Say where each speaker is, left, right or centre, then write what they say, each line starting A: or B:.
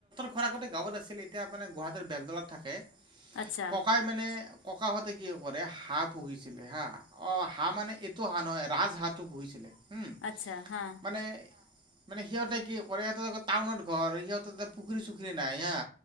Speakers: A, on the right; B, on the left.
A: তোমাৰ আগতে গাঁৱলৈ আছিল এতিয়া মানে গুৱাহাটীৰ বেলতলাত থাকে
B: আচ্ছা
A: ককাই মানে ককাহঁতে কি কৰে হাঁহ পুহিছিলে হা অ, হাঁহ মানে এইটো হাঁহ নহয় ৰাজহাঁহটো পুহিছিলে। হম
B: আচ্ছা, হা
A: মানে মানে সিহঁতে কি কৰে সিহঁতে টাউনত ঘৰ সিহঁতৰ পুখুৰী চুখুৰী নাই হা।